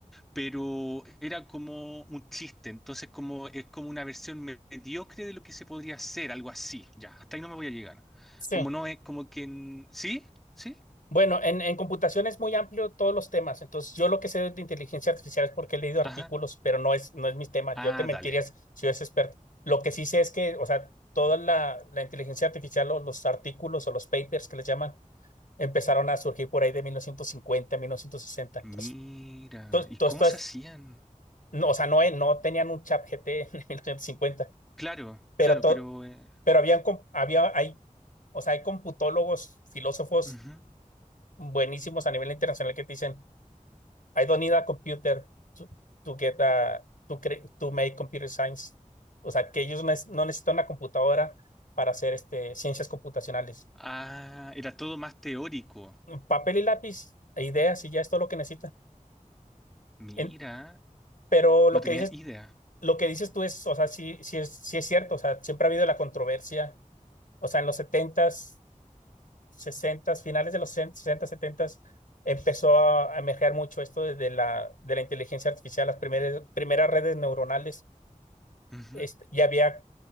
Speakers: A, in the centre; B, on the left.
A: pero era como un chiste, entonces como es como una versión mediocre de lo que se podría hacer, algo así, ya, hasta ahí no me voy a llegar.
B: Sí.
A: Como no es como que... en- ¿Sí? ¿Sí?
B: Bueno, en, en computación es muy amplio todos los temas. Entonces, yo lo que sé de inteligencia artificial es porque he leído artículos,
A: Ajá.
B: pero no es, no es mis temas.
A: Ah,
B: Yo te mentirías
A: dale.
B: si yo es experto. Lo que sí sé es que, o sea, toda la, la inteligencia artificial o los artículos o los papers que les llaman empezaron a surgir por ahí de 1950, 1960. Entonces,
A: Mira,
B: todo,
A: ¿y
B: todo
A: cómo
B: esto
A: se
B: es,
A: hacían?
B: no, o sea, no, eh, no tenían un chat GT en <laughs> 1950,
A: Claro,
B: pero
A: claro,
B: todo,
A: pero... eh,
B: pero habían, com- había, hay, o sea, hay computólogos, filósofos
A: ujú.
B: buenísimos a nivel internacional que te dicen I don't need a computer to, to get a, to cre- to make computer science. O sea, que ellos no no necesitan una computadora para hacer este, ciencias computacionales.
A: Ah, era todo más teórico.
B: Papel y lápiz e ideas y ya es todo lo que necesitan.
A: Mira,
B: En- pero lo
A: no tenía
B: que dices,
A: idea.
B: lo que dices tú es, o sea, sí, sí es, sí es cierto. O sea, siempre ha habido la controversia. O sea, en los setentas, sesentas, finales de los 60 setentas empezó a a emerger mucho esto de de la, de la inteligencia artificial, las primeras, primeras redes neuronales
A: Ujú.
B: este, ya había